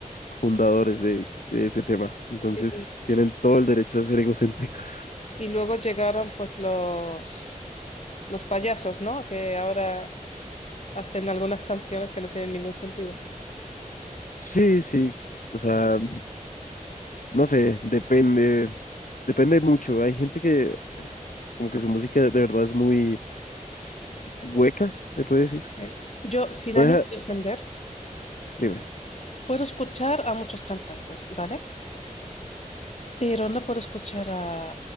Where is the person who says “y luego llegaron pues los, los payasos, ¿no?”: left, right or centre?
Left